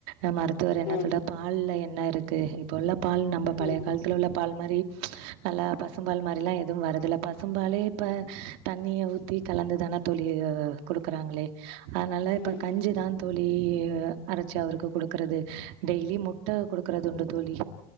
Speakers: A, on the right (about 75°); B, on the left (about 60°).
A: அ மருத்துவர் என்ன
B: ம்
A: சொல்றா பால்ல என்ன இருக் தே இப்போல்லா பால் நம்ப பழை
B: ம்
A: த பால் மாரி நல்லா பசும்பால் மாரிலா எதுவு வரதுல்ல பசும்பாலே இப்ப தண்ணிய ஊத்தி கலந்துதான தோழி குடுக்குறாங்ளே அதனால இப்ப
B: ம்
A: கஞ்சிதா தோழி வ அரச்சி அவருக்கு குடுக்குறது டெய்லி முட்ட குடுக்குறதுண்டு தோழி